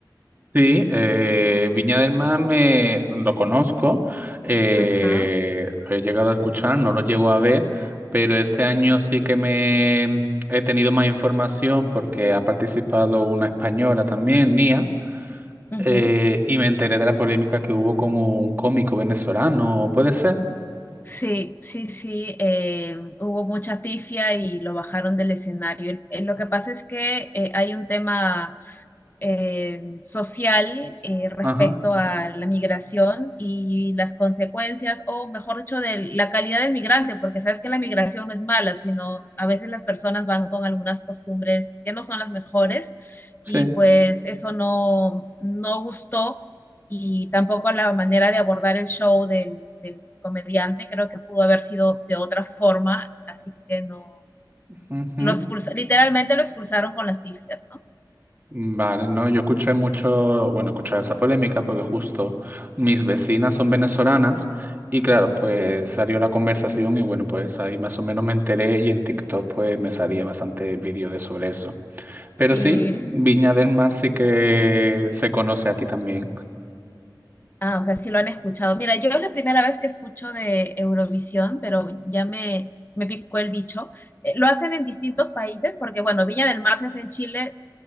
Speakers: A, on the right; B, on the left.
A: Sí, eh, Viña del Mar me, lo conozco, eh,
B: Ajá.
A: lo he llegado a escuchar, no lo llego a ver, pero este año sí que me he tenido más información porque ha participado una española también, Nia,
B: Uh
A: eh,
B: -huh.
A: y me enteré de la polémica que hubo con un cómico venezolano, ¿puede ser?
B: Sí, sí, sí, eh, hubo mucha pifia y lo bajaron del escenario. El- Eh, lo que pasa es que eh, hay un tema eh, social eh, respecto
A: Ajá,
B: a la migración y las consecuencias, o mejor dicho, de la calidad del migrante, porque sabes que la migración no es mala, sino a veces las personas van con algunas costumbres que no son las mejores
A: sí.
B: y pues eso no, no gustó y tampoco la manera de abordar el show del, del comediante creo que pudo haber sido de otra forma, así que no,
A: ujú.
B: lo expulsa, literalmente lo expulsaron con las pifias, ¿no?
A: Vale, no, yo escuché mucho, bueno, escuché esa polémica porque justo mis vecinas son venezolanas y claro, pues salió la conversación y bueno, pues ahí más o menos me enteré y en TikTok pues me salía bastante vídeo de sobre eso. Pero
B: Sí,
A: sí, Viña del Mar sí que se conoce aquí también.
B: Ah, o sea, sí lo han escuchado. Mira, yo es la primera vez que escucho de Eurovisión, pero ya me, me picó el bicho. Eh, lo hacen en distintos países, porque bueno, Viña del Mar se hace en Chile